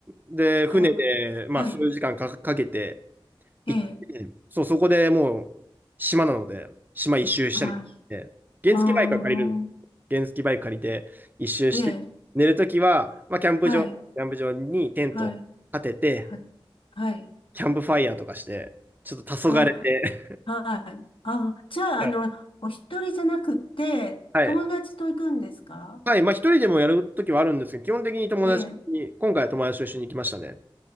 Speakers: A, on the right; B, on the left.
A: で、船で、
B: あ、はい。
A: まあ、数時間か、かけて
B: ええ。
A: 行って、そう、そこでもう、島なので、島一周したりとかして、
B: はい。
A: 原付バイクは借りるんですけど、
B: ああ、
A: 原付バイク借りて一周して、
B: ええ。
A: 寝るときは、まあ、キャンプ場、
B: はい。
A: キャンプ場にテントを立てて、
B: はい。は、はい。
A: キャンプファイヤーとかして、ちょっと黄昏て、
B: あ、はい。あ、じゃあ、
A: <laughs> はい
B: あの、お一人じゃなくて、
A: はい。
B: 友達と行くんですか
A: はい。まあ、一人でもやるときはあるんですけど、基本的に友達と一緒に、
B: ええ。
A: 今回は友達と一緒に行きましたね。